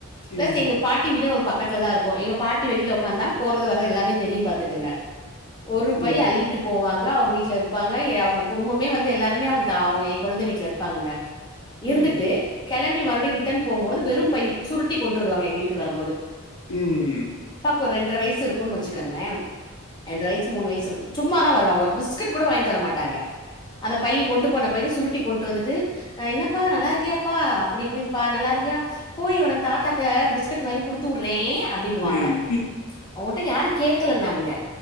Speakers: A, on the left (about 20°); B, on the left (about 85°).
A: பிளஸ்
B: ம்
A: எங்க பாட்டி வீடும் பக்கத்துல தா இருக்கும் எங்க பாட்டி வெளில ஒக்காந்தா போறது வரது எல்லாமே தெரியும் பாத்துக்கங்க ஒரு
B: ம்
A: பைய் அள்ளிட்டு போவாங்க அவுங் வீட்ல இருப்பாங்க அவுங்க குடும்பமே வந்து எல்லாருமே அவங்க ஏங் கொழுந்தேன் வீட்ல இருப்பாங்கங்க இருந்துட்டு
B: ம்
A: கெளம்பி மர் மறுடி ரிட்டன் போம் போது வெறும் பைய் சுருட்டி கொண்டு வருவங்க எங்க வீட்டுக்கு வரம்போது
B: ம்
A: ஒரு ரெண்டரை வயிசு இருக்குன் வச்சுக்கங்ளேன் ரெண்டர வயிசு மூணு வயிசு இருக் சும்மாதான் வருவாங்க ஒரு பிஸ்கட் கூட வாங்கி வர மாட்டாங்க அந்த பைய் கொண்டு போன பைய சுருட்டி கொண்டு வந்துட்டு என்ன பா நல்லாருக்கியாப்பா அப்டி இப்டின் பா நல்லாருக்கியா போய் ஒனக்கு தாத்தாட்ட பிஸ்கட் வாங்கி குடுத்துறேன் அப்பிடின்னு வாங்க
B: ம் ம்
A: அவுங்கட்ட யாரு கேட் கல நாங்க